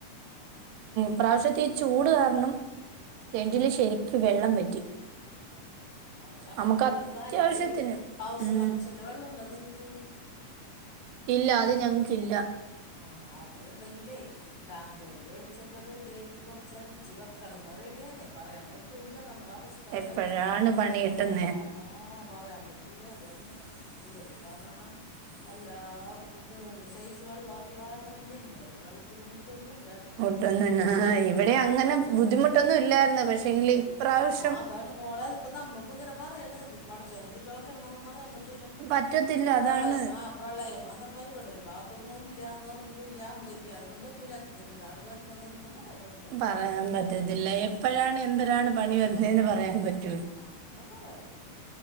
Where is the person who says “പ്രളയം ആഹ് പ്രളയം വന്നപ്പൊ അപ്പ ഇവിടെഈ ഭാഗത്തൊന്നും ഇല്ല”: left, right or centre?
Left